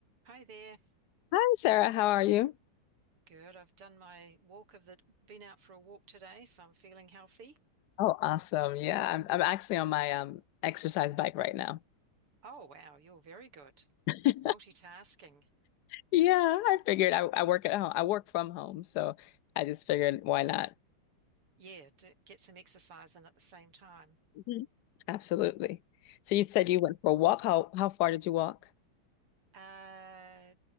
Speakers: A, on the right; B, on the left.
A: Hi there.
B: Hi, Sarah. How are you?
A: Good. I've done my walk of the, been out for a walk today, so I'm feeling healthy.
B: Oh, awesome. Yeah, I'm I'm actually on my um exercise bike right now.
A: Oh, wow. You're very good.
B: <laughs>
A: Multitasking.
B: Yeah, I figured I, I work at home. I work from home, so I just figured why not?
A: Yeah, d get some exercise in at the same time.
B: Mhm. Absolutely. So you said you went for a walk. How how far did you walk?
A: Uh,